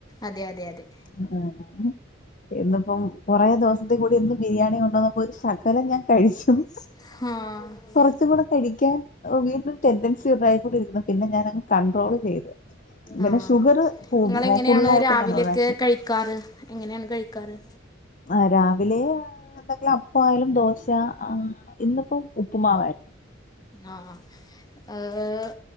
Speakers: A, on the left; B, on the left.
A: അതെ അതെ അതെ
B: അഹ് ഉം. ഇന്നിപ്പം കൊറേ ദിവസത്തെ കൂടി ഇന്ന് ബിരിയാണി കൊണ്ടുവന്നപ്പോ ഒരു ശകലം ഞാൻ കഴിച്ചും
A: ആഹ്
B: കൊറച്ചുംകൂടെ കഴിക്കാൻ അഹ് വീണ്ടും ടെൻഡൻസി ഉണ്ടായിക്കൊണ്ടിരിക്കുന്നു പിന്നെ ഞാനങ്ങ് കണ്ട്രോൾ ചെയ്ത് പിന്നെ
A: ആഹ്
B: ഷുഗർ
A: ഇങ്ങളെങ്ങനെയാണ്
B: ഫുള്ളായിട്ട്
A: രാവിലക്കെ
B: ഞാൻ ഒഴിവാക്കി
A: കഴി ക്കാറ് എങ്ങനേണ് കഴിക്കാറ്
B: ആഹ് രാവിലേ എന്തെങ്കിലും അപ്പവായാലും ദോശ അഹ് ഇന്നിപ്പം ഉപ്പുമാവായിരുന്നു
A: ആഹ് ഏഹ്